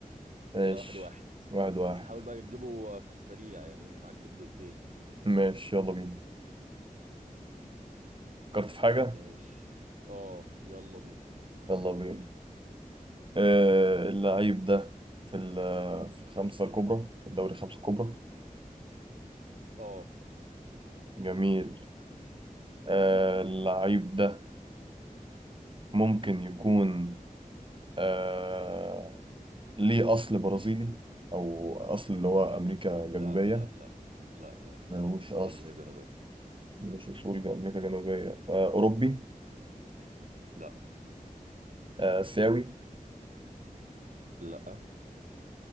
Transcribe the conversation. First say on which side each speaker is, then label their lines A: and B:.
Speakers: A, on the right; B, on the right.
A: ماشي
B: كده واحد واحد
A: واحد واحد
B: بس حاول بقى تجيبه في السريع يعني معاك الدقيقتين
A: ماشي يلا بينا فكرت في حاجة
B: ماشي اه يلا بينا
A: يلا بينا آه، اللعيب ده في ال- في الخمسة الكبرى في الدوري الخمسة الكبرى
B: اه
A: جميل آه، اللعيب ده ممكن يكون آه، ليه أصل برازيلي أو أصل اللي هو أمريكا الجنوبية
B: لا لا لا لا لا لا مش
A: ملوش
B: من اصول
A: أصل
B: امريكا الجنوبيه
A: ملوش أصول أمريكا الجنوبية آه، أوروبي
B: لا
A: آه، آسيوي
B: لا